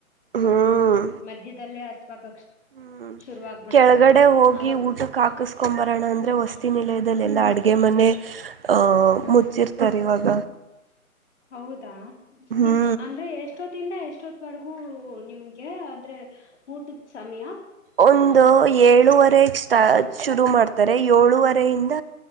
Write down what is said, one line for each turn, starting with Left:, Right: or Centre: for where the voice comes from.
Right: ಹ್ಮ್.
Left: ಮಧ್ಯದಲ್ಲೇ ಹಸ್ವಾಗಕ್
Right: ಹ್ಮ್
Left: ಶುರು ಆಗ್ಬಿಡುತ್ತೆ
Right: ಕೆಳಗಡೆ ಹೋಗಿ
Left: ಅವಾಗ
Right: ಊಟಕ್ಕೆ ಹಾಕ್ಸೂಡ್ ಬರೋಣ ಅಂದ್ರೆ ವಸ್ತಿನಲ ಅಲ್ಲಲ್ಲ ಅಡ್ಗೆ ಮನೆ ಅಹ್
Left: ಹ್ಮ್
Right: ಮುಚ್ಚಿರ್ತಾರೆ ಇವಾಗ.
Left: <inaudible> ಹೌದಾ
Right: ಹ್ಞೂ
Left: ಇ ಅಂದ್ರೆ ಎಷ್ಟೊತ್ತಿಂದ ಎಷ್ಟೊತ್ವರೆಗೂ ನಿಮ್ಗೆ ಅ ದ್ರೆ ಊಟದ್ ಸಮಯ.
Right: ಒಂದು
Left: ಹ್ಮ್
Right: ಏಳುವ ಬ್ರೇಕ್ <unintelligible> ಸ್ಟಾ ಶುರು ಮಾಡ್ತಾರೆ ಏಳೂುವರೆಯಿಂದ